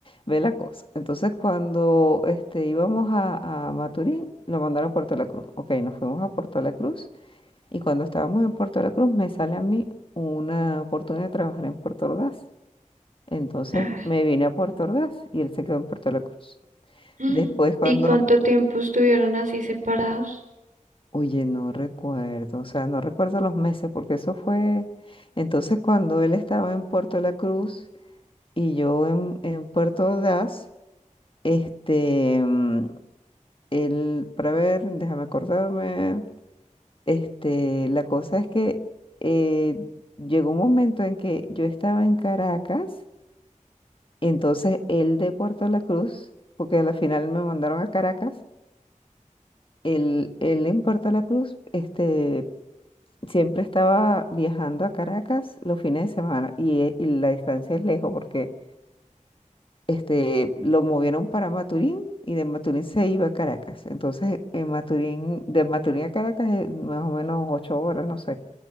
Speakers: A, on the left (about 40°); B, on the right (about 75°).
A: Ve la cosa. Entonces, cuando este, íbamos a, a Maturín, lo mandaron a Puerto de la Cruz. Ok, nos fuimos a Puerto de la Cruz. Y cuando estábamos en Puerto La Cruz, me sale a mí una oportunidad de trabajar en Puerto Ordaz. Entonces
B: Ah.
A: me vine a Puerto Ordaz y él se quedó en Puerto La Cruz.
B: Mm.
A: Después cuando,
B: ¿Y cuánto tiempo estuvieron así separados?
A: oye, no recuerdo, o sea, no recuerdo los meses porque eso fue, entonces cuando él estaba en Puerto La Cruz y yo en, en Puerto Ordaz, este, mm, él, para ver, déjame acordarme. Este, la cosa es que eh, llegó un momento en que yo estaba en Caracas, entonces él de Puerto La Cruz, porque a la final me mandaron a Caracas, él, él en Puerto La Cruz, este, siempre estaba viajando a Caracas los fines de semana y, eh, y la distancia es lejos porque este, lo movieron para Maturín y de Maturín se iba a Caracas. Entonces, en Maturín, de Maturín a Caracas es más o menos ocho horas, no sé.